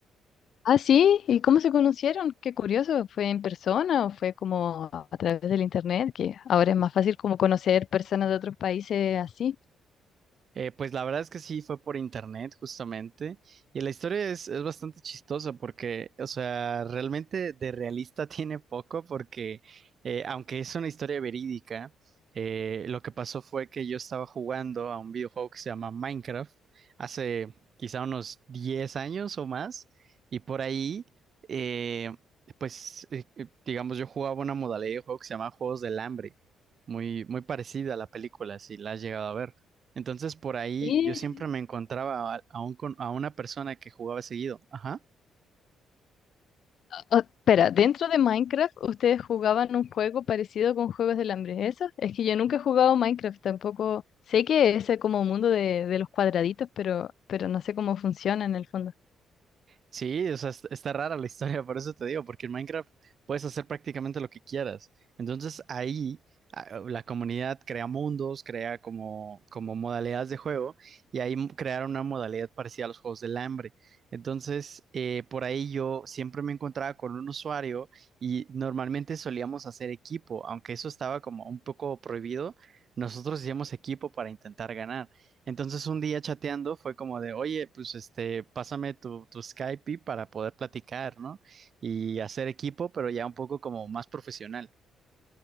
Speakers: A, on the left (about 60°); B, on the right (about 50°).
A: Ah, sí, ¿y cómo se conocieron? Qué curioso, ¿fue en persona o fue como a a través del internet? Que ahora es más fácil como conocer personas de otros países así.
B: Eh, pues la verdad es que sí, fue por internet justamente. Y la historia es, es bastante chistosa porque, o sea, realmente de realista <laughs> tiene poco porque, eh, aunque es una historia verídica, eh, lo que pasó fue que yo estaba jugando a un videojuego que se llama Minecraft hace quizá unos 10 años o más. Y por ahí, eh, pues, eh, eh, digamos, yo jugaba una modalidad de juego que se llama Juegos del Hambre. Muy, muy parecida a la película, si la has llegado a ver. Entonces por ahí
A: Sí,
B: yo siempre
A: sí.
B: me encontraba a, a un con- a una persona que jugaba seguido. Ajá.
A: O- espera, dentro de Minecraft ustedes jugaban un juego parecido con Juegos del Hambre, ¿eso? Es que yo nunca he jugado Minecraft, tampoco sé que es eh, como mundo de, de los cuadraditos, pero, pero no sé cómo funciona en el fondo.
B: Sí, o sea, est- está rara la historia, por eso te digo, porque en Minecraft puedes hacer prácticamente lo que quieras. Entonces ahí a- la comunidad crea mundos, crea como, como modalidades de juego y ahí m- crearon una modalidad parecida a los juegos del hambre. Entonces, eh, por ahí yo siempre me encontraba con un usuario y normalmente solíamos hacer equipo, aunque eso estaba como un poco prohibido, nosotros hacíamos equipo para intentar ganar. Entonces un día chateando fue como de, oye, pues este, pásame tu, tu Skype para poder platicar, ¿no? Y hacer equipo, pero ya un poco como más profesional.